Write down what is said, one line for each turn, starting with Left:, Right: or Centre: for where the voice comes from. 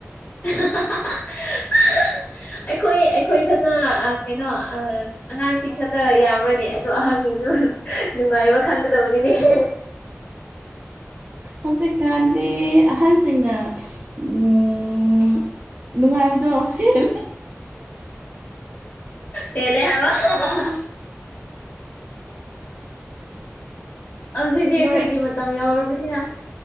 Left: <unintelligible> ꯑꯩꯈꯣꯏ ꯑꯩꯈꯣꯏ ꯈꯛꯇ ꯑ ꯀꯩꯅꯣ ꯑꯉꯥꯡꯁꯤꯡ ꯈꯛꯇ ꯌꯥꯕ꯭ꯔꯅ‌ꯦ? ꯑꯗꯣ ꯑꯍꯟꯁꯤꯡꯁꯨ ꯅꯨꯡꯉꯥꯏꯕ ꯈꯪꯒꯗꯕꯅꯤꯅꯦ ꯫
Right: ꯍꯧꯖꯤꯛꯀꯥꯟꯗꯤ ꯑꯍꯟꯁꯤꯡꯅ ꯎꯝ ꯅꯨꯡꯉꯥꯏꯕꯗꯣ ꯍ‌ꯦꯜ
Left: ꯍ‌ꯦꯜꯂ‌ꯦ ꯍꯥꯏꯕ ꯫ ꯑꯧꯖꯤꯗꯤ ꯑꯩꯈꯣꯢꯒꯤ
Right: ꯅꯣꯏ
Left: ꯃꯇꯝ ꯌꯥꯎꯔꯕꯅꯤꯅ